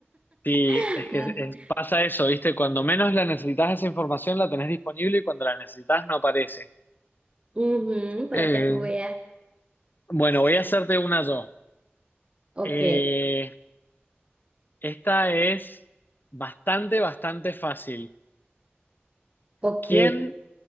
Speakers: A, on the left; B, on the right.
A: Sí,
B: <laughs>
A: es que es- pasa eso, ¿viste? Cuando menos la necesitas esa información la tenés disponible y cuando la necesitas no aparece.
B: Ujú, para
A: Eh,
B: que tú veas.
A: bueno, voy a hacerte una yo.
B: Ok,
A: Eh, esta es bastante, bastante fácil.
B: ok.
A: ¿Quién